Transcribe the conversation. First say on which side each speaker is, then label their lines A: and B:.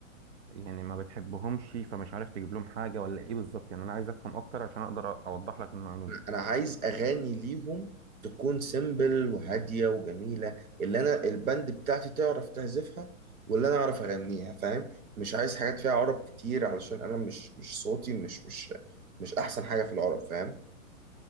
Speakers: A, on the right; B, on the right.
A: يعني ما بتحبهمش فمش عارف تجيب لهم حاجة ولا ايه بالظبط يعني انا عايز افهم اكتر عشان اقدر أ- اوضح لك المعلومة
B: أنا عايز أغاني ليهم تكون سيمبل وهادية وجميلة اللي أنا البند بتاعتي تعرف تعزفها واللي أنا أعرف أغنيها فاهم مش عايز حاجات فيها عرب كتير علشان أنا مش مش صوتي مش مش مش أحسن حاجة في العرب فاهم